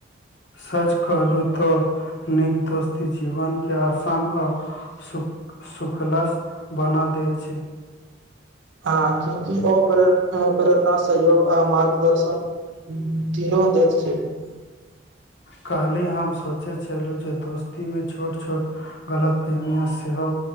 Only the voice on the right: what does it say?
ह कि अ- प्ररना सयोग आ मारगदर्शननो दे छै। <unintelligible>